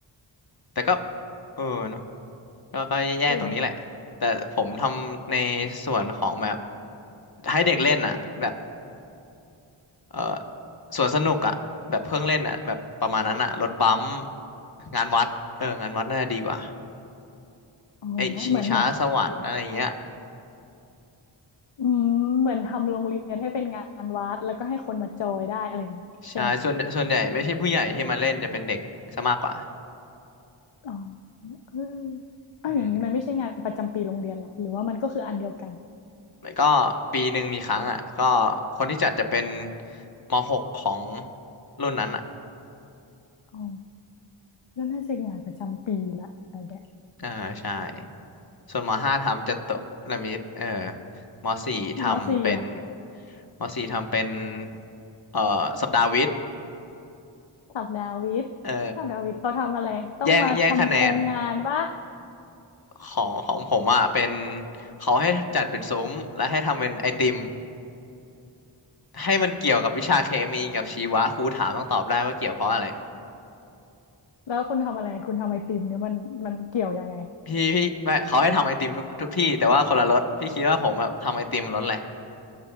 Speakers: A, on the left; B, on the left.
A: แต่ก็เออเนาะก็ก็แย่ๆตรงนี้แหละแต่ผมทำใน
B: เออ
A: ส่วนของแบบให้เด็กเล่นอ่ะแบบเออสวนสนุกอ่ะแบบเพื่องเล่นอ่ะแบบประมาณนั้นอ่ะรถบัมป์งานวัดเอองานวัดน่าจะดีกว่า
B: อ๋อเหมือนเหมือน
A: ไอชิงช้าสวรรค์อะไรเงี้ย
B: อืมเหมือนทำโรงเรียนให้เป็นงานวัดแล้วก็ให้คนมาจอยได้อะไรอย่างนี้ใช่ไหม
A: ใช่ส่วนส่วนใหญ่ไม่ใช่ผู้ใหญ่ที่มาเล่นจะเป็นเด็กซะมากกว่า
B: อ๋อเอออ้าวอย่างนี้มันไม่ใช่งานประจำปีโรงเรียนหรอหรือว่ามันก็คืออันเดียวกัน
A: อืมแล้วก็ปีหนึ่งมีครั้งอ่ะก็คนที่จัดจะเป็นม .6 ของรุ่นนั้นอ่ะ
B: อ๋อก็น่าจะงานประจำปีละแบบเนี้ย
A: อ่าใช่ ส่วนมห้าทำจัตุรมิตรเออมสี่ทำเป็น
B: มสี่อ่ะ
A: มสี่ทำเป็นเอ่อสัปดาห์วิทย์
B: สัปดาห์วิทย์สัปดาห์วิทย์เขาทำอะไรต้องมาทำโครงงานปะ
A: เออแย่งแย่งคะแนนของของผมอ่ะเป็นเขาให้จัดเป็นซุ้มและให้ทำเป็นไอติมให้มันเกี่ยวกับวิชาเคมีกับชีวะครูถามต้องตอบได้ว่าเกี่ยวเพราะอะไร
B: แล้วคุณทำอะไรคุณทำไอติมเนี่ยมันมันเกี่ยวยังไง
A: พี่พี่ไม่เขาให้ทำไอติมทุกทุกที่แต่ว่าคนละรสพี่คิดว่าผมแบบทำไอติมรสอะไร